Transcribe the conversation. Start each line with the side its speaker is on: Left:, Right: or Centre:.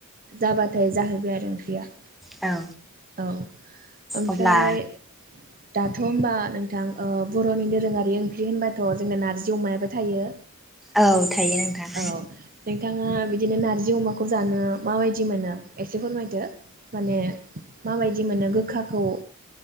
Right: जाबा थाय जाहैबाय आरो ओंख्रिया।
Centre: औ
Right: औ ओमफ्राय
Centre: अब्ला
Right: दा होमबा नों थां बर'नि दोरोङारि ओंख्रि होनबाथ‌' जोंना नारजि अमायाबो थायो।
Centre: औ थायो नोंथां
Right: औ नोंथाङा बिदिनो नारजि अमाखौ जानो माबायदि मोनो एसे फोरमायदो माने माबायदि मोनो गोखाखौ